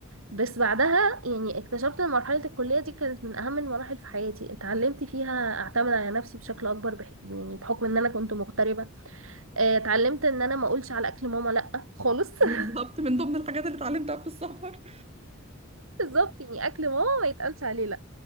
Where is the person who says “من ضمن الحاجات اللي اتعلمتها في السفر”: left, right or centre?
Right